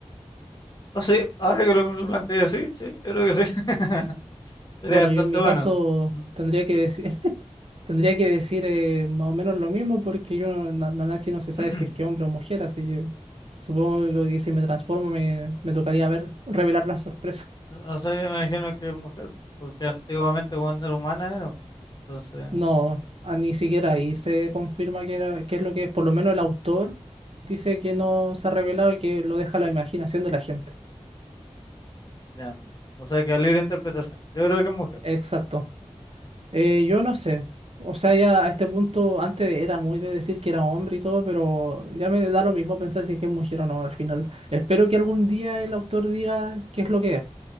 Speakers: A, on the left (about 35°); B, on the right (about 60°).
A: Ah, sí, ahora que lo, lo planteé así, sí, yo creo que sí. <laughs> Sería
B: Bueno,
A: bastante
B: yo en mi
A: bueno.
B: caso
A: Mm.
B: tendría que decir, Tendría que decir eh, más o menos lo mismo porque yo, no, Na- Nanachi no se sabe
A: <clears throat>
B: si es que hombre o mujer, así que supongo que si me transformo me, me tocaría ver, revelar la sorpresa. <laughs>
A: O sea, yo me imagino que es mujer, porque antiguamente cuando era humana era. Entonces,
B: No, ah, ni siquiera ahí se confirma que era, qué es lo que es. Por lo menos el autor dice que no se ha revelado y que lo deja a la imaginación de la gente.
A: ya. O sea, que a libre interpretación. Yo creo que es mujer.
B: Exacto. Eh, yo no sé. O sea, ya a este punto, antes era muy de decir que era hombre y todo, pero ya me da lo mismo pensar si es que es mujer o no al final. Espero que algún día el autor diga qué es lo que es,